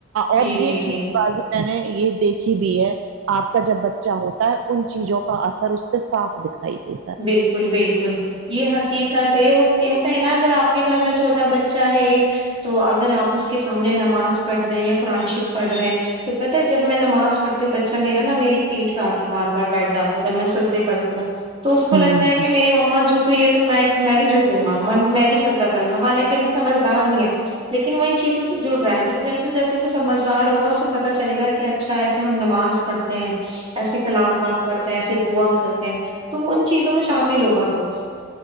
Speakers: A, on the right; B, on the right.
A: اور
B: جی
A: یہ
B: جی
A: چیز
B: جی
A: بازی میں نے یہ دیکھی بھی ہے آپ کا جب بچہ ہوتا ہے ان چیزوں کا اثر اس پہ صاف دکھائی دے
B: بالکل بالکل یہ حقیقت
A: یہ
B: ہے وہ کہتے ہے نا اگر آپ کے گھر میں چھوٹا بچہ ہے تو اگر آپ اس کے سامنے نماز پڑ رہے ہیں یا قرآن شریف پڑھ رہے ہیں تو پتا ہے جب میں نماز پڑتی ہوں بچہ میرا نا میری پیٹ پ آتا بار بار بیٹھ جاتا ہے جب میں سجدے کرتی ہوں تو اس
A: چیزیں
B: کو لگتا ہے کہ میرے مما جھکی ہے تو میں میں بھی جھکوں گا میں بھی س کیا کرونگا حالانکہ سمجدار نہیں ہے لیکن وہ ان چیزوں سے جڑ رہا ہے جب جیسے جیسے وہ سمجھدار ہوگا اسے پتا چلے گا کہ اچھا ایسے ہم نماز پڑھتے ہیں ایسے کلام پاک پڑھتے ہیں ایسے دعا کرتے ہیں تو ان چیزوں میں شامل ہوگا پھر